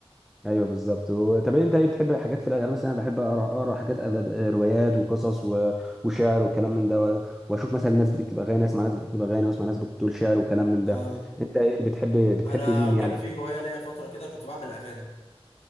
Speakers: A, in the centre; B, on the left.
A: ايوه بالظبط و- طب انت ايه بتحب حاجات في الادب انا مثلا بحب اقرا اقرا حاجات ادب آه، روايات وقصص و... وشعر وكلام من ده و... واشوف مثلا ناس بتكتب اغاني اسمع ناس بتكتب اغاني واسمع ناس بتقول شعر وكلام من ده
B: اه
A: انت ايه بتحب بتحب
B: انا
A: مين
B: كان
A: يعني
B: في هوايه ليا فتره كده كنت بعمل اغاني